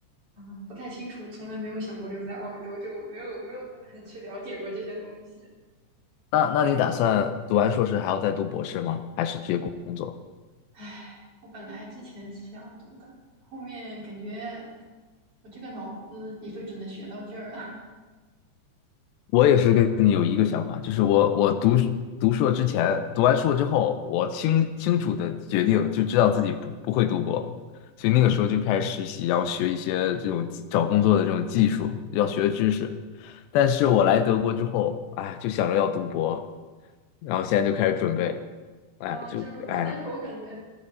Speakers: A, on the right; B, on the left.
A: 嗯，不太清楚，从来没有想过留在澳洲，就没有没有很 <laughs> 去了解过这些东西。
B: 那那你打算读完硕士还要再读博士吗？还是直接工作？
A: 唉，我本来之前是想读的，后面感觉我这个脑子也就只能学到这儿了。
B: 我也是跟你有一个想法，就是我我读书读硕之前，读完硕之后，我清清楚的决定就知道自己不不会读博，所以那个时候就开始实习，然后学一些这种技找工作的这种技术要学的知识。但是我来德国之后，哎，就想着要读博，然后现在就开始准备，
A: <laughs> 啊，
B: 哎，就哎，
A: 真的吗？但是我感觉